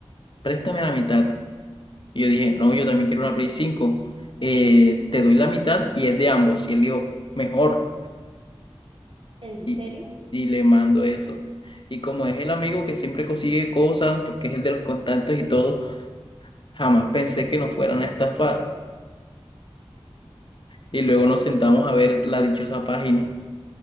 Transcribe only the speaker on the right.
No.
¿En
serio?